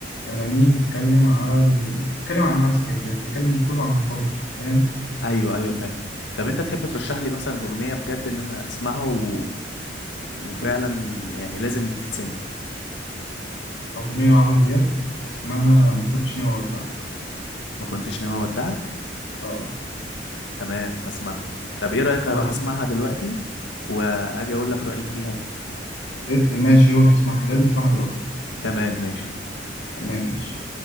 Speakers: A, on the left; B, on the left.
A: أغانيه بتتكلم على ال... بتتكلم عن نفسك أنت مش بتتكلم مش كله عن حب فاهم
B: أيوه أيوه فاهم طب أنت تحب ترشح لي مثلا أغنية بجد إن أنا أسمعها و... وفعلا يعني لازم دي تتسمع
A: أغنية لعمرو دياب اسمها ما كنتش ناوي أودعك
B: ما كنتش ناوي أودعك؟
A: أه
B: تمام هسمعها طب إيه رأيك
A: خلاص
B: أروح أسمعها دلوقتي وأجي أقول لك رأيي فيها؟
A: اطل- ماشي روح اسمعها لازم تسمعها دلوقتي
B: تمام ماشي
A: تمام ماشي